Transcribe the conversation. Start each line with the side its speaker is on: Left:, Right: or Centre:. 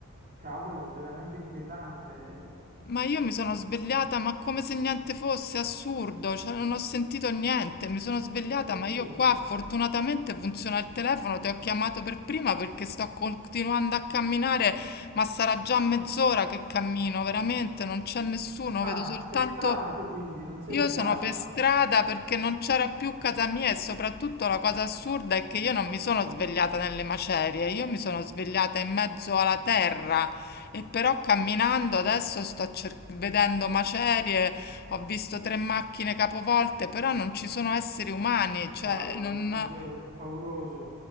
Right: cavolo, è veramente inquietante. Eh,
Left: Ma io mi sono svegliata, ma come se niente fosse, assurdo, cioè non ho sentito niente, mi sono svegliata,
Right: È così.
Left: ma io qua fortunatamente funziona il telefono, ti ho chiamato per prima perché sto continuando a camminare, ma sarà già mezz'ora che cammino, veramente, non c'è nessuno,
Right: Ah,
Left: vedo soltanto
Right: sei in strada tu quindi, non sei
Left: io
Right: in
Left: sono
Right: casa.
Left: per strada perché non c'era più casa mia e soprattutto la cosa assurda è che io non mi sono svegliata nelle macerie, io mi sono svegliata in mezzo alla terra e però camminando adesso sto cer- vedendo macerie, ho visto tre macchine capovolte, però non ci sono esseri umani, cioè
Right: Cavolo,
Left: non...
Right: davvero pauroso.